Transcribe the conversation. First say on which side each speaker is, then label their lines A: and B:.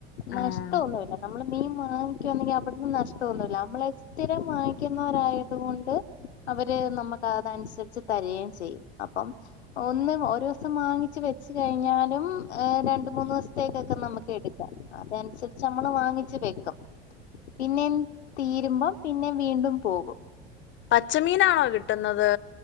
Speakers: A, on the left (about 80°); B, on the left (about 35°).
A: നഷ്ടംഒന്നുമല്ല
B: ആഹ്
A: നമ്മള് മീൻ വാങ്ങി- ങ്ക അവിടുന്ന് നഷ്ടംന്നുമില്ല നമ്മള സ്ഥിരം വാങ്ങിക്കുന്നവരായത് കൊണ്ട് അവര് നമ്മുക്ക് അതനുസരിച്ച് തരയും ചെയ്യും അപ്പം ഒന്ന്ഒരു ദിവസം വാങ്ങിച്ച് വെച്ച് കഴിഞ്ഞാലും രണ്ട് മൂന്ന് ദിസ് ത്തേക്കൊക്കെ നമുക്ക് എടുക്കാം അതനുസരിച്ച് നമ്മള് വാങ്ങിച്ചു വെക്കും പിന്നെ തീരുമ്പം പിന്നെ വീണ്ടും പോകും-
B: പച്ചമീനാണോ കിട്ടുന്നത്?